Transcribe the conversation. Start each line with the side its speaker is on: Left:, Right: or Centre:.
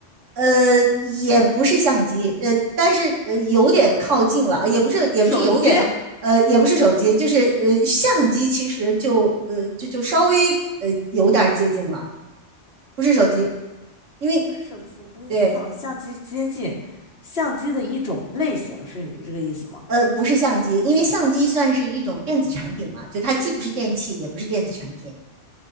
Right: 呃，也不是相机，呃，但是呃有点靠近了，也不是也不是有点，
Left: 手机
Right: 呃，也不是手机，就是呃相机其实就呃就就稍微呃有点接近了，不是手机，
Left: <laughs>，
Right: 因为
Left: 不是手机，不是相，
Right: 对
Left: 相机接近，相机的一种类型，是你这个意思吗？
Right: 呃不是相机，因为相机算是一种电子产品嘛，就它既不是电器，也不是电子产品，